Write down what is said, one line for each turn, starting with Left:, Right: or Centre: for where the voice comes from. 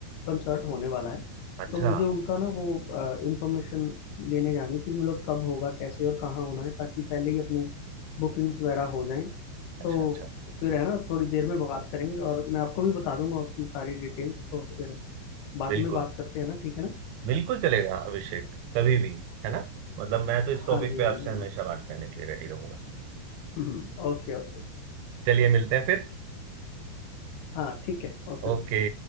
Left: कंसर्ट होने वाला है
Right: अच्छा
Left: तो मुझे उनका ना वो इंफॉर्मेशन लेने जानी कि मतलब कब होगा कैसे और कहाँ होना है ताकि पहले ही अपनी बुकिंग्स वगैरह हो जाएं
Right: अच्छा
Left: तो
Right: अच्छा
Left: फिर है ना थोड़ी देर में बात करेंगे और मैं आपको भी बता दूंगा उसकी सारी डिटेल्स तो फिर बाद
Right: बिल्कुल
Left: में बात करते हैं ना ठीक है ना
Right: बिल्कुल चलेगा अभिषेक कभी भी है ना मतलब मैं तो इस टॉपिक
Left: हाँ जी
Right: पे
Left: हाँ
Right: आपसे
Left: जी
Right: हमेशा बात करने के लिए रेडी रहूंगा
Left: हम्म Okay okay
Right: चलिए मिलते हैं फिर
Left: हाँ ठीक है ओके
Right: ओके